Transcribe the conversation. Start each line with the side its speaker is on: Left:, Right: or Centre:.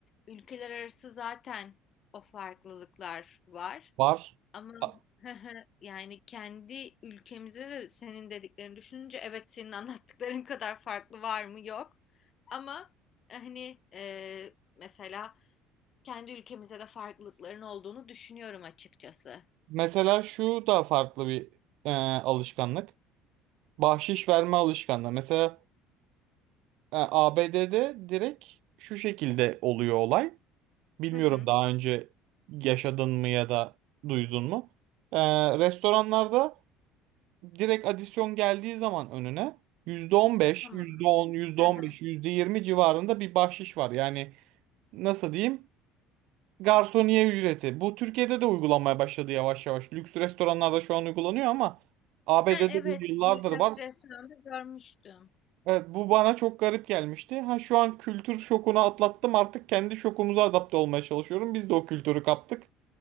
Left: ülkeler arası zaten o farklılıklar var.
Right: Var.
Left: Ama
Right: A-
Left: <laughs> yani kendi ülkemizde de senin dediklerini düşününce evet senin anlattıkların kadar farklı var mı yok. Ama e, hani e, mesela kendi ülkemizde de farklılıkların olduğunu düşünüyorum açıkçası.
Right: Mesela şu da farklı bir e, alışkanlık. Bahşiş verme alışkanlığı. Mesela e, ABD'de direkt şu şekilde oluyor olay. Bilmiyorum
Left: Hı hı.
Right: daha önce yaşadın mı ya da duydun mu? E, restoranlarda direkt adisyon geldiği zaman önüne yüzde yüzde
Left: Tamam.
Right: yüzde on on, beş,
Left: Hı
Right: on
Left: hı.
Right: beş, yüzde yirmi civarında bir bahşiş var. Yani nasıl diyeyim? Garsoniye ücreti. Bu Türkiye'de de uygulanmaya başladı yavaş yavaş. Lüks restoranlarda şu an uygulanıyor ama ABD'de
Left: Ha, evet
Right: bu yıllardır
Left: birkaç
Right: var.
Left: restoranda görmüştüm.
Right: Evet bu bana çok garip gelmişti. Ha şu an kültür şokunu atlattım artık kendi şokumuza adapte olmaya çalışıyorum. Biz de o kültürü kaptık.